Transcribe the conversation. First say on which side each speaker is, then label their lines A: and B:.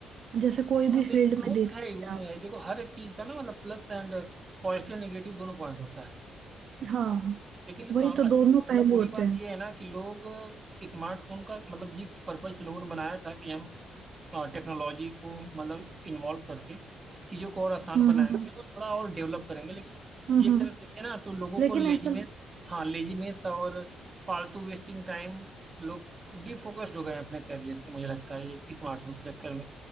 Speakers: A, on the right; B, on the right.
A: जैसे कोई
B: हाँ
A: भी
B: बिल्कुल
A: फील्ड में
B: वो
A: देख
B: तो है
A: लीजिए
B: ही वो तो है ही। देखो हर एक चीज का ना मतलब प्लस एंड पॉजिटिव नेगेटिव दोनों पॉइंट होता है
A: हाँ
B: लेकिन अ,
A: वही तो
B: अच्छ-
A: दोनों
B: मतलब
A: पहलू
B: बुरी
A: होते
B: बात
A: हैं
B: ये है ना कि लोग स्मार्टफोन का मतलब जिस पर्पज से लोगों ने बनाया था कि हम टेक्नोलॉजी को मतलब इन्वॉल्व करके चीज़ों को और आसान
A: हम्म
B: बनाएंगे और थोड़ा और डेवलप करेंगे लेकिन
A: हम्म
B: ये
A: हम्म।
B: एक तरह से देखें ना तो लोगों
A: लेकिन
B: को लेजीनेस
A: ऐसा
B: हाँ लेजीनेस और फालतू वेस्टिंग टाइम लोग डिफोकस्ड हो गए हैं अपने कैरियर से मुझे लगता है ये स्मार्टफोन के चक्कर में